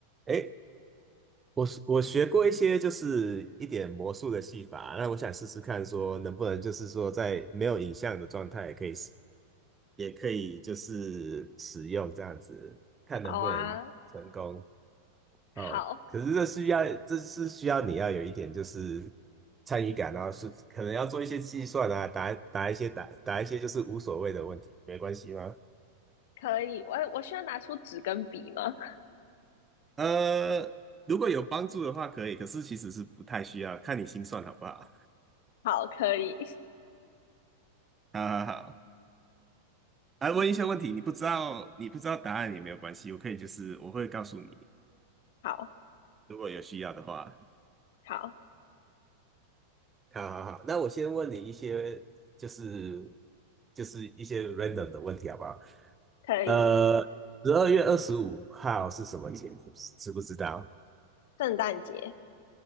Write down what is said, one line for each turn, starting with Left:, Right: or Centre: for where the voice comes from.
Right: 诶，我是我学过一些就是一点魔术的戏法，那我想试试看，说能不能就是说在没有影像的状态也可以使，也可以就是使用这样子，看能不能成功
Left: 好啊，好，
Right: 哦。可是这需要，这是需要你要有一点就是参与感，然后是可能要做一些计算啊，答答一些答答一些就是无所谓的问题，没关系吗？
Left: 可以。我我需要拿出纸跟笔吗？
Right: 呃，如果有帮助的话可以，可是其实是不太需要，看你心算好不好。
Left: 好，可以。
Right: <laughs> 好好好。来问一些问题，你不知道，你不知道答案也没有关系，我可以就是我会告诉你，
Left: 好，
Right: 如果有需要的话。
Left: 好，
Right: 好好好，那我先问你一些，就是就是一些 random 的问题，好不好？
Left: 可以。
Right: 呃，十二月二十五号是什么嗯节？你知不知道
Left: 圣诞节，